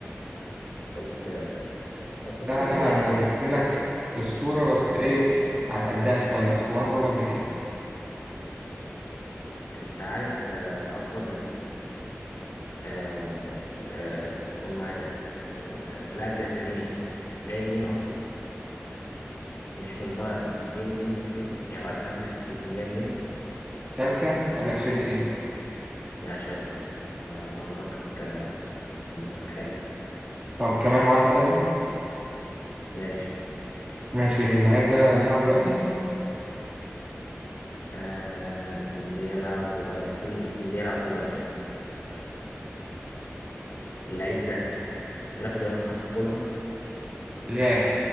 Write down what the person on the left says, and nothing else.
قلت طب كنت
سيبني
أجس
أنت عارف آه، أصلا آه، آه، قول معايا س- آه، لاعب زي ثانية جاي منين أصلا؟ مش من البايرن جاي منين من السيتي يعني بعد قبل السيتي كان جاي منين؟
لا شالكة صح آه، معلوماتك آه، معلوماتك حلوة
ماشي
آه بيلعب دلوقتي بيلعب دلوقتي يلا. اللعيب ده بيلعب في دوري الخمسة الكبرى